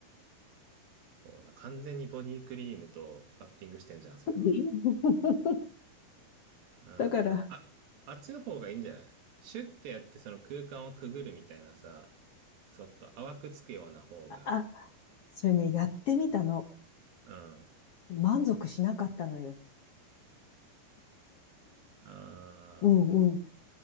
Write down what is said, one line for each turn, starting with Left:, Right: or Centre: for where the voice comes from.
Right: そうな。完全にボディクリームとバッティングしてんじゃん、それは。
Left: <laughs>
Right: うん。
Left: だから、
Right: あ、あっちの方がいいんじゃないシュッてやってその空間をくぐるみたいなさ、ちょっと淡くつくような方が、
Left: あ、それね、やってみたの。
Right: うん。
Left: 満足しなかったのよ。
Right: あ
Left: うんうん。